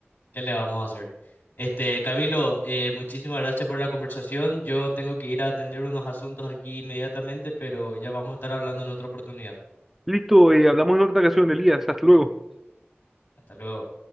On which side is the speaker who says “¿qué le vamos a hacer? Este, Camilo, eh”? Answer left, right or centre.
Left